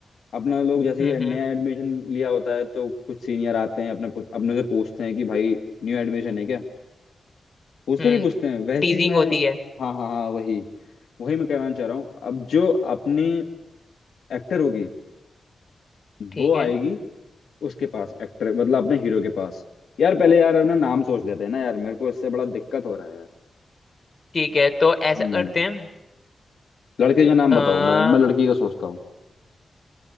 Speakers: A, on the left; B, on the left.
A: अपना लोग जैसे
B: हम्म
A: ये नया
B: हम्म
A: एडमिशन लिया होता है तो कुछ सीनियर आते हैं अपने अपने से पूछते हैं कि भाई न्यू एडमिशन है क्या पूछते
B: हम्म
A: नहीं पूछते हैं वैसी
B: टीजिंग
A: मैं
B: होती है
A: हाँ हाँ हाँ वही वही मैं कहना चाह रहा हूँ अब जो अपने एक्टर होगी
B: ठीक
A: वो आएगी
B: है
A: उसके पास एक्टर मतलब अपने हीरो के पास यार पहले यार अपना नाम सोच लेते हैं ना यार मेरे को इससे बड़ा दिक्कत हो रहा है यार
B: ठीक है तो ऐसा
A: हम्म
B: करते हैं
A: लड़के का नाम
B: अ,
A: बताओ मैं मैं लड़की का सोचता हूँ